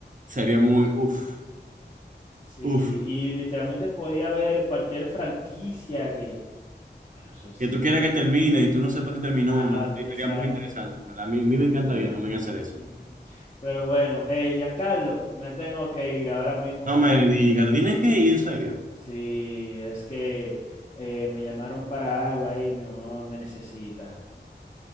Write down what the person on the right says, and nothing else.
Sería muy, uff,
uff.
que tú quieras que termine y tú no sepas si terminó
o no, sí,
sería muy interesante, ¿verdad? A mí, a mí me encantaría también hacer eso.
No me digas, tú tienes que ir, en serio.